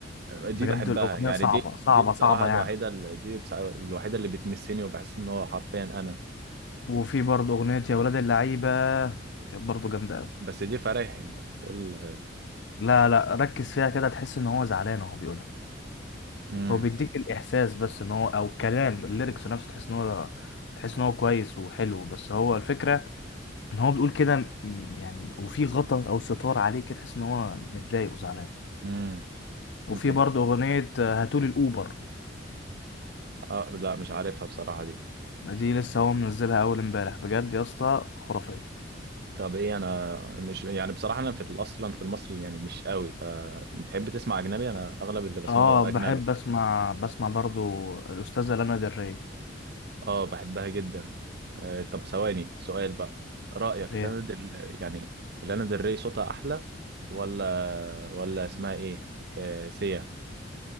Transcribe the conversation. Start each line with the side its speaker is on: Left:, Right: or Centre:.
Right: دي
Left: بجد
Right: بحبها
Left: الاغنيه
Right: يعني
Left: صعبه
Right: دي
Left: صعبه
Right: دي بصراحة
Left: صعبه
Right: الوحيدة
Left: يعني
Right: اللي دي بص- الوحيدة اللي بتمسني وبحس ان هو حرفيا انا
Left: وفي برضه اغنيه يا ولاد اللعيبه كانت برضه جامده قوي
Right: بس دي فرايحي انت بتقول
Left: لا لا ركز فيها كده تحس ان هو زعلان وهو بيقولها
Right: امم
Left: هو بيديك الاحساس بس ان هو او كلام الليركس نفسه تحس ان هو تحس ان هو كويس وحلو بس هو الفكره ان هو بيقول كده م- يعني وفي غطا او ستار عليه كده تحس ان هو متضايق وزعلان
Right: امم
Left: وفي
Right: انت
Left: برضه
Right: ب...
Left: اغنيه هاتولي الاوبر
Right: آه لا مش عارفها بصراحة دي
Left: دي لسه هو منزلها اول امبارح بجد يا اسطى خرافيه
Right: طب ايه انا مش يعني بصراحة انا في ال- اصلا في المصري يعني مش قوي فبتحب تسمع اجنبي انا اغلب اللي بسمعه
Left: اه
Right: اجنبي
Left: بحب اسمع بسمع برضو الاستاذه لانا del ري
Right: اه بحبها جدا آه طب ثواني سؤال بقى رأيك
Left: ايه
Right: لانا دل... يعني لانا دري صوتها احلى ولا ولا اسمها ايه آه سيا